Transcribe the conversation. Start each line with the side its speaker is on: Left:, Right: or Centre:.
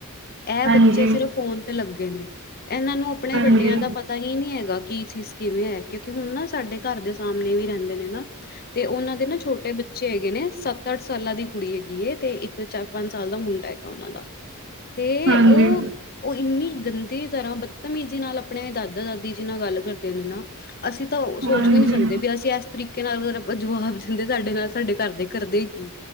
Left: ਏ
Right: ਹਾਂਜੀ
Left: ਬੱਚੇ
Right: ਹਾਂਜੀ
Left: ਸ੍ਰਿਫ ਫੋਨ ਤੇ ਲੱਗੇ ਨੇ, ਏਨਾਂ ਨੂ ਅਪਣੇ ਵਡਿਆਂ
Right: ਹਾਂਜੀ
Left: ਦਾ ਪਤ ਪਤਾ ਹੀ ਨੀ ਹੈਗਾ, ਕਿ ਚੀਜ਼ ਕਿਵੇਂ ਐ ਕਿਉਂਕਿ ਹੁਨ ਨਾ ਸਾਡੇ ਘਾਰ ਦੇ ਸਾਮਨੇ ਵੀ ਰੈਂਦੇ ਨੇ ਨਾ ਤੇ ਓਨਾ ਦੇ ਨਾ ਛੋਟੇ ਬ ਬੱਚੇ ਹੈਗੇ ਨੇ ਸਤ, ਅਠ ਸਾਲਾਂ ਦੀ ਕੁੜੀ ਹੈਗੀ ਏ, ਤੇ ਇਕ ਚਾਰ, ਪੰਜ ਸਾਲ ਦਾ ਮੁੰਡਾ ਹੈਗਾ ਓਨਾ ਦਾ। ਤੇ,
Right: ਹਾਂਜੀ
Left: ਓ ਓ ਇਨੀ ਗੰਦੀ ਤਰਾਂ ਬਤਮੀਜੀ ਨਾਲ ਅਪਣੇ ਦਾਦਾ ਦਾਦੀ ਜੀ, ਨਾਲ ਗਲ ਕਰਦੇ ਨੇ ਨਾ ਅਸੀ ਤਾ ਓ
Right: ਹਾਂਜੀ
Left: ਸੋਚ ਵੀ ਨੀ ਸਕਦੇ, ਬੀ ਅਸੀ ਏਸ ਤਰੀਕੇ ਨਾਲ ਅਗਰ ਅਪਾ ਜਵਾਬ ਦੇਂਦੇ ਸਾਡੇ ਨਾਲ ਸਾਡੇ ਘਰਦੇ ਕਰਦੇ ਕੀ,